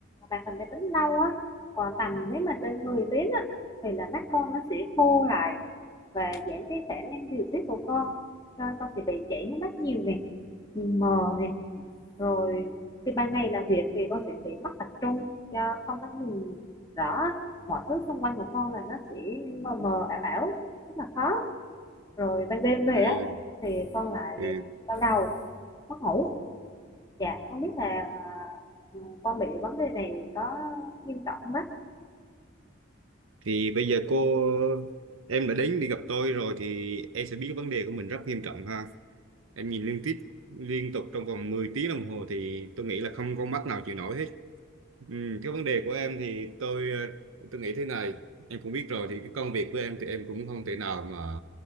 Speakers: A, on the left (about 20°); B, on the right (about 80°).
A: màn hình máy tính lâu á còn tầm nếu mà trên 10 tiếng á thì là mắt con nó sẽ khô lại và giảm cái khả năng điều tiết của con nên con sẽ bị chảy nước mắt nhiều này nhìn mờ này rồi khi ban ngày làm việc thì con sẽ bị mất tập trung do không có nhìn rõ mọi thứ xung quanh của con là nó sẽ mờ mờ ảo ảo rất là khó rồi ban đêm về
B: Ừ,
A: á thì con lại
B: ừ.
A: đau đầu mất ngủ Dạ, không biết là ờ, con bị vấn đề này có nghiêm trọng không bác?
B: Thì bây giờ cô em đã đến đi gặp tôi rồi thì em sẽ biết vấn đề của mình rất nghiêm trọng ha. Em nhìn liên tiếp liên tục trong vòng 10 tiếng đồng hồ thì tôi nghĩ là không con mắt nào chịu nổi hết. Ừ, cái vấn đề của em thì tôi ờ, tôi nghĩ thế này em cũng biết rồi thì cái công việc của em thì em cũng không thể nào mà